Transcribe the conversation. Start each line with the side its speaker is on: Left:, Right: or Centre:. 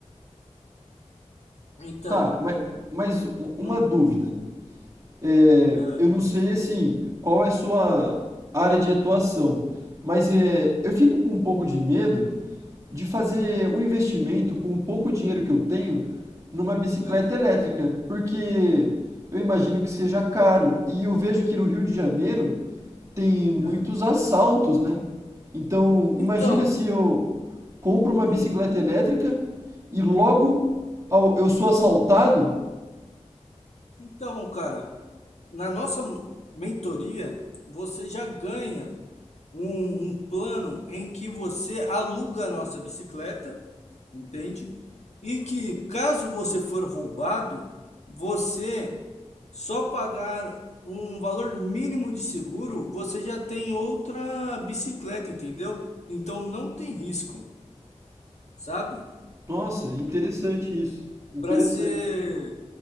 Left: Então,
Right: Tá, mas, mas u- uma
Left: hum,
Right: dúvida. é,
Left: é,
Right: eu não sei assim qual é a sua área de atuação, mas é, eu fico com um pouco de medo de fazer um investimento com o pouco dinheiro que eu tenho numa bicicleta
Left: é,
Right: elétrica, porque eu imagino que seja caro e eu vejo que no Rio de Janeiro tem muitos
Left: é.
Right: assaltos, né? Então, imagina
Left: Então,
Right: se eu compro uma
Left: hum,
Right: bicicleta elétrica e logo ao- eu sou assaltado.
Left: então, cara, na nossa mentoria, você já ganha um, um plano em que você aluga a nossa bicicleta, entende? E que caso você for roubado, você só pagar um valor mínimo de seguro, você já tem outra bicicleta, entendeu? Então não tem risco, sabe?
Right: Nossa, interessante isso. Interessante.
Left: Para ser.